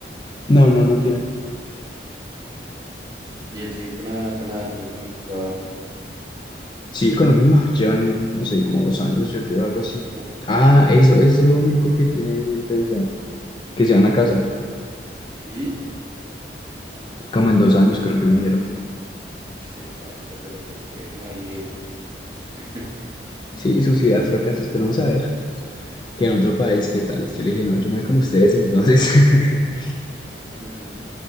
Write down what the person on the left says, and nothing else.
no, no, no tiene.
Sí, con la misma, llevan, no sé, como dos años, yo creo, algo así.
Ah,
eso,
eso es lo único que tiene bien pensado, que se van a casar,
como en dos años creo que me dijeron.
Sí, sus ideas locas, esperamos a ver que en otro país, ¿qué tal? Yo le dije, no, yo me voy con ustedes, entonces. <laughs>